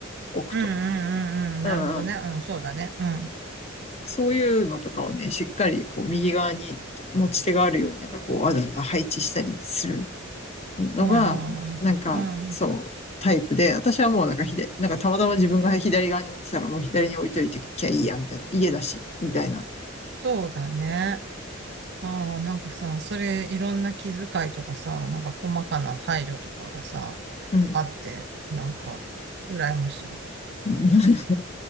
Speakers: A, on the left; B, on the right.
A: 置くと。
B: うん、うん、うん、
A: うんうん。
B: なるほどね。うん、そうだね。うん。
A: そういうのとかをね、しっかりこう、右側に持ち手があるように、なんかこう、わざわざ配置したりするのが、
B: まあ、
A: なんか、
B: うん、
A: そう、タイプで、私はもうなんかひで、なんかたまたま自分が左側に持ってたら、もう左に置いといてきゃいいや、みたいな。家だし、みたいな。
B: そうだね。ああ、なんかさ、それいろんな気遣いとかさ、なんか細かな配慮とかがさ、
A: うん。
B: あって、なんか、羨ましいわ。
A: うん。<laughs>